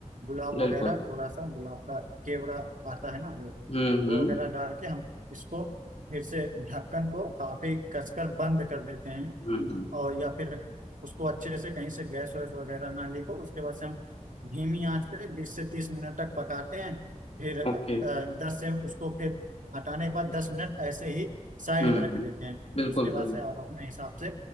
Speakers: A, on the right; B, on the left.
A: गुलाब
B: बिल्कुल
A: वगैरह थोड़ा सा गुलाब का केवड़ा आता है ना वो
B: हम्म
A: वो
B: हम्म
A: वगैरह डाल के हम इसको फिर से ढक्कन को काफी कसकर बंद कर देते हैं
B: हम्म
A: और या फिर उसको अच्छे से कहीं से गैस वैस वगैरह ना लीक हो उसके बाद से हम धीमी आंच पे बीस से तीस मिनट तक पकाते हैं फिर अ,
B: ओके
A: अ, दस से उसको फिर हटाने के बाद दस मिनट ऐसे ही साइड
B: हम्म
A: में
B: हम्म,
A: रख देते हैं
B: बिल्कुल
A: फिर उसके बाद
B: सही
A: से आप अपने हिसाब से